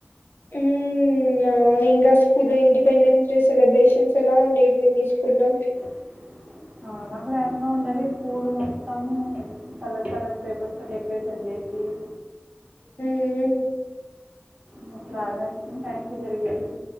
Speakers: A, on the left (about 60°); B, on the right (about 35°).
A: మ్ అవును ఇంకా స్కూల్ లో ఇండిపెండెన్స్ డే సెలబ్రేషన్స్ ఎలా ఉండేవి మీ స్కూల్ లో
B: <inaudible> చాలా గ్రాండ్ గా ఉండేవి స్కూల్ మొత్తము కలర్ కలర్ పేపర్స్ తో డెకరేషన్ చేసి <inaudible>
A: మ్ హు హూ
B: మా ఫ్లాగ్ హాయిస్టింగ్ టైంకి జరిగేది.